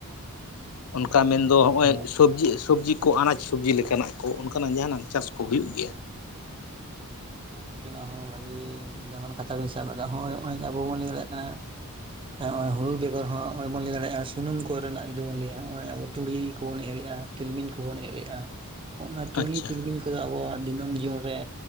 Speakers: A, on the left; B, on the right.
A: ᱚᱱᱠᱟ
B: ᱦᱳᱭ
A: ᱢᱮᱱᱫᱚ
B: ᱜᱚᱝᱠᱮ ᱦᱮᱸ
A: ᱦᱚᱜᱼᱚᱭ ᱥᱚᱵᱡᱤ ᱥᱚᱵᱡᱤ ᱠᱚ ᱠᱚ ᱟᱱᱟᱡᱽ ᱥᱚᱵᱡᱤ ᱞᱮᱠᱟᱱᱟᱜ ᱠᱚ ᱚᱱᱠᱟᱱᱟᱜ ᱡᱟᱦᱟᱱᱟᱱᱟᱜ ᱪᱟᱥ ᱠᱚ ᱦᱩᱭᱩᱜ ᱜᱮᱭᱟ
B: ᱦᱳᱭ ᱩᱱᱠᱱᱟᱜ ᱦᱚᱸ ᱵᱷᱟᱜᱤ ᱫᱟᱢᱟᱱ ᱠᱟᱛᱷᱟ ᱵᱤᱱ ᱥᱟᱵ ᱟᱠᱟᱫᱟ ᱱᱚᱜᱼᱚᱭ ᱟᱵᱚ ᱵᱚᱱ ᱞᱟᱹᱭ ᱫᱟᱲᱮᱭᱟᱜ ᱠᱟᱱᱟ ᱚᱭ ᱦᱩᱲᱩ ᱵᱮᱜᱚᱨ ᱦᱚᱸ ᱱᱚᱜ ᱚᱭ ᱵᱚᱱ ᱞᱟᱹᱭ ᱫᱟᱲᱮᱭᱟᱜᱼᱟ ᱥᱩᱱᱩᱢ ᱠᱚᱨᱮ ᱡᱩᱫᱤ ᱵᱚᱱ ᱞᱟᱹᱭᱟ ᱱᱚᱜ ᱚ ᱟᱵᱚ ᱛᱩᱲᱤ ᱠᱚᱵᱚᱱ ᱮᱨᱮᱜᱼᱟ ᱛᱤᱞᱢᱤᱧ ᱠᱚᱵᱚᱱ ᱮᱨ ᱮᱜᱼᱟᱜ ᱚᱱᱟ ᱛᱩᱲᱤ
A: ᱟᱪᱪᱷᱟ
B: ᱛᱤᱞᱢᱤᱧ ᱠᱚᱫᱚ ᱟᱵᱚᱣᱟᱜ ᱫᱤᱱᱟᱹᱢ ᱡᱤᱭᱚᱱ ᱨᱮ